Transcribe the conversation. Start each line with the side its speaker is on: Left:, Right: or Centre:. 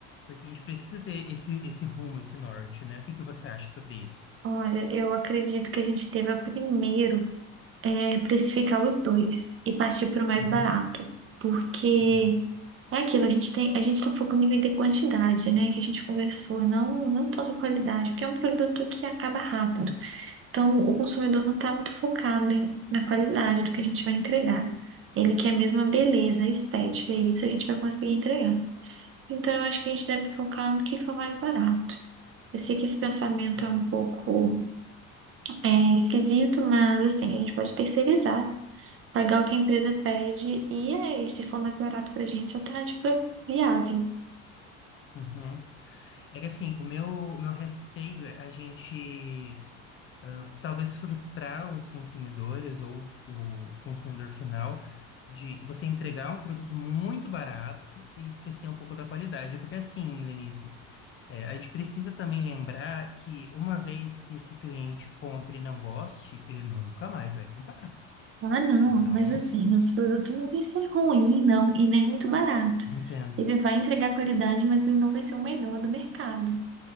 Left: Porque a gente precisa ter esse, esse rumo, esse norte, né? O que que você acha sobre isso?
Right: Olha, eu acredito que a gente deva primeiro é, precificar os dois e partir para o mais
Left: Uhum,
Right: barato. Porque
Left: entendo.
Right: é aquilo, a gente tem, a gente está focando em vender quantidade, né? Que a gente conversou, não, não tanta qualidade, porque é um produto que acaba rápido. Então, o consumidor não está muito focado em- na qualidade do que a gente vai entregar. Ele quer mesmo a beleza, a estética, e isso a gente vai conseguir entregar. Então, eu acho que a gente deve focar no que for mais barato. Eu sei que esse pensamento
Left: Entendo.
Right: é um pouco é, esquisito, mas assim, a gente pode terceirizar, pagar o que a empresa pede, e aí, se for mais barato para a gente, a alternativa é viável.
Left: Uhum. É que assim, o meu, o meu receio é a gente ah, talvez frustrar os consumidores ou o consumidor final de você entregar um produto muito barato e esquecer um pouco da qualidade. Porque assim, Lenice, é, a gente precisa também lembrar que uma vez que esse cliente compre e não goste, ele nunca mais vai comprar.
Right: Ah, não,
Left: Então,
Right: mas assim, os produtos não vai ser ruim, não, e nem muito barato.
Left: <laughs> entendo.
Right: Ele vai entregar qualidade, mas ele não vai ser o melhor do mercado.